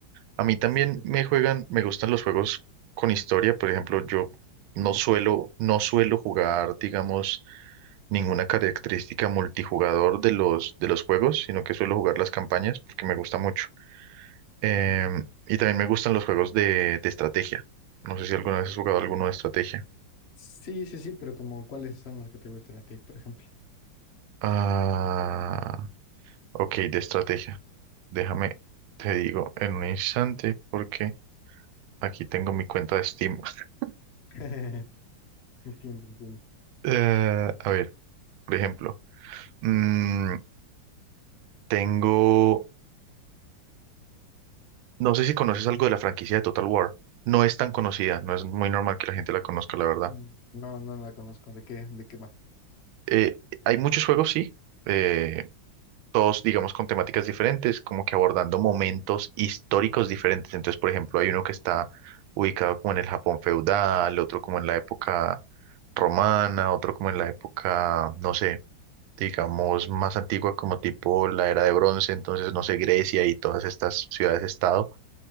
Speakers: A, on the right (about 85°); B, on the left (about 45°).
A: A mí también
B: sí, sí.
A: me juegan, me gustan los juegos con historia, por ejemplo, yo no suelo, no suelo jugar, digamos, ninguna característica multijugador de los, de los juegos, sino que suelo jugar las campañas porque me gusta mucho. Em,
B: Ujú.
A: y también me gustan los juegos de, de estrategia. No sé si alguna vez has jugado alguno de estrategia.
B: Sí, sí, sí, pero como cuáles son las que te gustan a ti, por ejemplo.
A: Ah, ok, de estrategia. Déjame, te digo en un instante porque aquí tengo mi cuenta de Steam. <laughs>
B: <laughs> Entiendo, entiendo.
A: Eh, a ver, por ejemplo, mm, tengo, no sé si conoces algo de la franquicia de Total War. No es tan conocida, no es muy normal que la gente la conozca, la verdad.
B: Mm, No, no, no la conozco. ¿De qué, de qué va?
A: Eh, hay muchos juegos, sí. eh, todos, digamos, con temáticas diferentes, como que abordando momentos históricos diferentes. Entonces, por ejemplo, hay uno que está ubicado como en el Japón feudal, otro como en la época romana, otro como en la época, no sé, digamos, más antigua como tipo la era de bronce, entonces, no sé, Grecia y todas estas ciudades-estado.